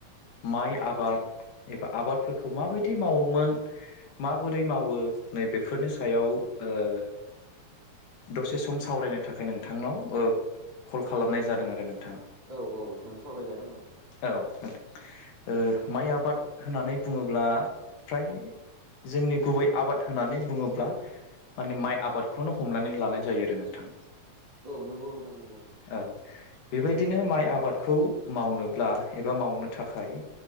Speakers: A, on the left (about 85°); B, on the right (about 45°).
A: माइ आबाद एबा आबादफोरखौ माबायदि मावोमोन माबोरै मावो नैबेफोरनि सायाव ओ‌ दसे सम सावरायनो थाखाय नोंथांनाव ओ कल खालामनाय जादों आरो नों
B: औ औ नोंथां सावरायजागोन औ
A: औ ओ माइ आबाद होननानै बुङोब्ला फ्राय जोंनि गुबै आबाद होननानै बुङोब्ला माने माइ आबादखौनो हमनानै लानाय जायो आरो नोंथां
B: औ नंगौ नोंथां नंगौ
A: औ बेबायदिनो माइ आबादखौ मावनोब्ला एबा मावनो थाखाय